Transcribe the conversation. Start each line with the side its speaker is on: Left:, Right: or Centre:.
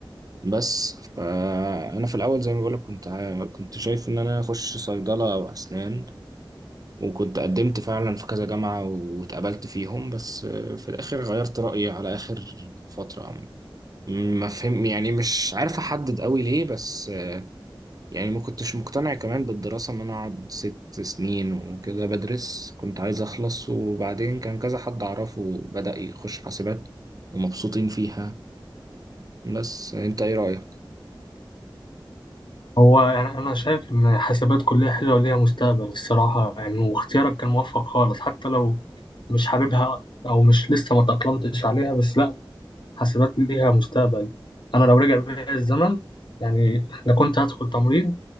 Right: بس فانا في الاول زي ما بقولك كنت عا- كنت شايف ان انا اخش صيدله او اسنان وكنت قدمت فعلا في كذا جامعة واتقبلت فيهم بس آه، في الآخر غيرت رأيي على آخر فترة ما فهم يعني مش عارف أحدد قوي ليه بس آه، يعني ما كنتش مقتنع كمان بالدراسة إن أنا أقعد ست سنين وكده بدرس كنت عايز أخلص وبعدين كان كذا حد أعرفه بدأ يخش حاسبات ومبسوطين فيها بس آه، أنت إيه رأيك؟
Left: هو يعني أنا شايف إن حاسبات كلية حلوة وليها مستقبل الصراحة يعني واختيارك كان موفق خالص حتى لو مش حاببها أو مش لسه ما تأقلمتش عليها بس لأ حاسبات ليها مستقبل أنا لو رجع بيا الزمن يعني لو كنت هدخل تمريض